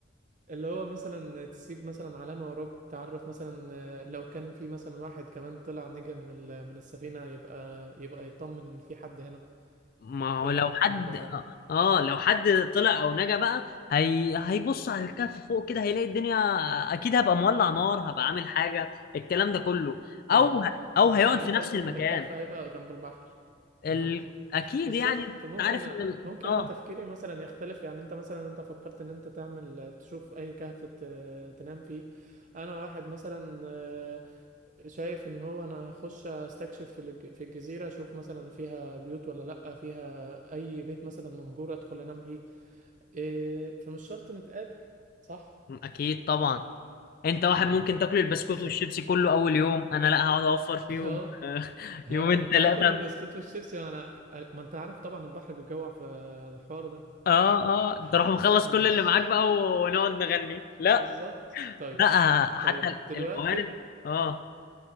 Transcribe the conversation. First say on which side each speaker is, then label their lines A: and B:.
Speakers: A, on the right (about 40°); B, on the left (about 45°).
A: اللي هو مثلا تسيب مثلا علامة وراك تعرف مثلا آه، لو كان في مثلا واحد كمان طلع نجا من ال... من السفينة يبقى يبقى يطمن ان في حد هنا
B: ما هو
A: ايه
B: لو
A: رأيك في
B: حد
A: الموضوع ده
B: اه لو حد طلع او نجا بقى هي... هيبص على الكهف فوق كده هيلاقي الدنيا اكيد هبقى مولع نار هبقى عامل حاجه الكلام ده كله او
A: اه
B: او
A: ماشي
B: هيقعد
A: يعني
B: في
A: انت
B: نفس
A: قصدك
B: المكان
A: ان الكهف هيبقى جنب البحر
B: ال...
A: <laughs>
B: اكيد
A: مش
B: يعني
A: شرط
B: انت
A: ممكن
B: عارف ان ال...
A: ممكن
B: اه
A: انا تفكيري مثلا يختلف يعني انت مثلا انت فكرت ان انت تعمل تشوف اي كهف ت- تنام فيه انا واحد مثلا آه، شايف ان هو انا هخش استكشف في الج- في الجزيرة اشوف مثلا فيها بيوت ولا لا فيها اي بيت مثلا مهجور ادخل انام فيه إيه، فمش شرط نتقابل صح
B: اكيد طبعا انت واحد ممكن تاكل البسكوت
A: بالظبط
B: والشيبسي كله اول يوم انا لا هقعد اوفر فيهم
A: <laughs> اه
B: آه، <laughs>
A: هاكل
B: يومين ثلاثه
A: هاكل البسكوت والشيبسي وانا ما انت عارف طبعا البحر بيجوع في الحوار ده
B: اه اه انت روح
A: <laughs>
B: مخلص كل
A: ماشي
B: اللي معاك بقى ونقعد نغني لا
A: بالظبط طيب
B: لا آه، حتى
A: طيب دلوقتي
B: الموارد اه